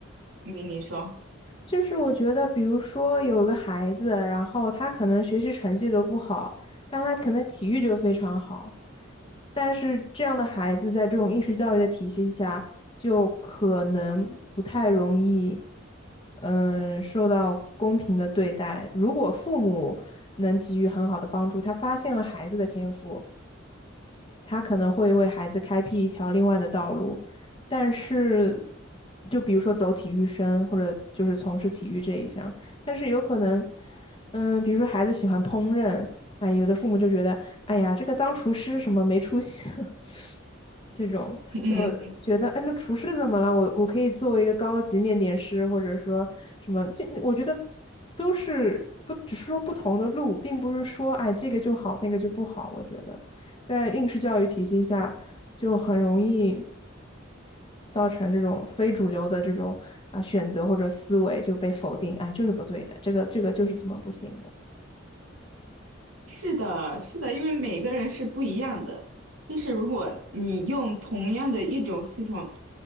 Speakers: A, on the right; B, on the left.
A: 你你说，
B: 就是我觉得，比如说有个孩子，然后他可能学习成绩都不好，但他可能体育就非常好，但是这样的孩子在这种应试教育的体系下，就可能不太容易，嗯，受到公平的对待。如果父母能给予很好的帮助，他发现了孩子的天赋，他可能会为孩子开辟一条另外的道路。但是，就比如说走体育生，或者就是从事体育这一项，但是有可能，嗯，比如说孩子喜欢烹饪，哎，有的父母就觉得，哎呀，这个当厨师什么没出息。<laughs> 这种就觉得，
A: <laughs> 嗯。
B: 哎，那厨师怎么了？我我可以作为一个高级面点师，或者说什么，就我觉得都是不只是说不同的路，并不是说哎这个就好，那个就不好。我觉得在应试教育体系下，就很容易造成这种非主流的这种啊选择或者思维就被否定，哎，就是不对的，这个这个就是怎么不行的。
A: 是的，是的，因为每个人是不一样的。就是如果你用同样的一种系统，